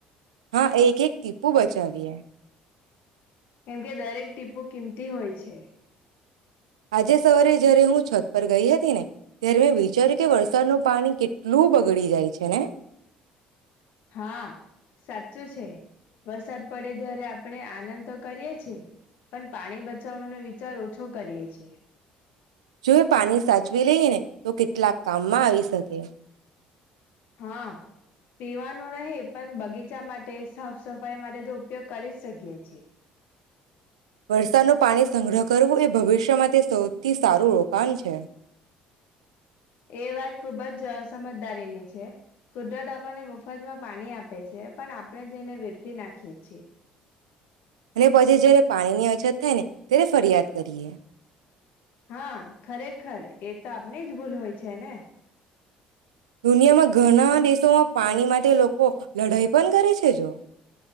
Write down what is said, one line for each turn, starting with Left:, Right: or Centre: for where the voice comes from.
Right: હા એક એક ટીપું બચાવીએ
Left: કેમ કે દરેક ટીપો કિંમતી હોય છે.
Right: આજે સવારે જય્યારે હું છત પર ગઈ હતી ને ત્યારે વિચાર્યું કે વરસાદ નું પાણી કેટલું બગડી જાય છે ને?
Left: હા, સાચું છે વરસાદ પડે ત્યારે આપણે આનંદ તો કરીએ છીએ પણ પાણી બચાવવાનો વિચાર ઓછો કરીએ છીએ.
Right: જોય પાણી સાચવી લઈ ને તો કેટલાક કામમાં આવી શકે.
Left: હા, પીવાનું નહીં પણ બગી ચા માટે સાફ-સફાઈ માટે તો ઉપયોગ કરી શકીએ છીએ.
Right: વરસાદ ન પાણી સંગ્રહ કરવું એ ભવિષ્યમાં તે સૌથી સારું રોકાણ છે. અને
Left: એ વાત ખુબ જસ સમજદારીની છે કુદરત આપણને મફતમાં પાણી આપે છે પણ આપણે તેને વેડફી નાખીએ છીએ.
Right: અને પછી જયારે પાણી ની અછત થાય ને તેને ફરિયાદ કરીએ.
Left: હા, ખરેખર એ તો આપની જ ભૂલ હોય છે ને.
Right: દુનિયામાં ઘણા દેશોમાં પાણી માટે લોકો લડાઈ પણ કરે છે જો.